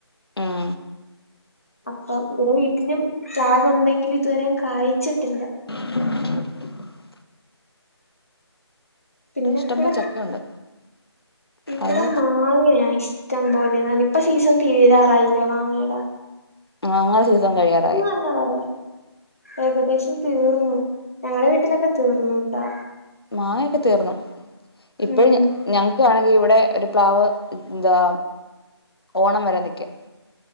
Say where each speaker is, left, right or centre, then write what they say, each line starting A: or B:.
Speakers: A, on the left (about 60°); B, on the left (about 30°).
A: ഉം
B: അപ്പം ഇവിടെ വീട്ടിലും പ്ലാവ് ഉണ്ടെങ്കിലും ഇതുവരെ കായിച്ചിട്ടില്ല
A: <inaudible>
B: പിന്നെ
A: ഇഷ്ടം
B: ഇവിടെ
A: പോലെ ചക്കയുണ്ട്
B: ഇവിടെ
A: അത്
B: മാ ങ്ങയാ ഇഷ്ടം പോലെ ഇപ്പ സീസൺ തീരാറായില്ലേ മാങ്ങേടെ
A: മാങ്ങ സീസൺ കഴിയാറായി
B: ആ <unintelligible> ഏകദേശം തീർന്നു ഞങ്ങളുടെ വീട്ടിലൊക്കെ തീർന്നു ട്ടാ
A: മാങ്ങക്കെ തീർന്നു ഇപ്പഴ
B: ഉം
A: ഞങ്ങക്ക് ആണെങ്കിൽ ഇവിടെ ഒരു പ്ലാവ് എന്താ ഓണം വരാൻ നിക്ക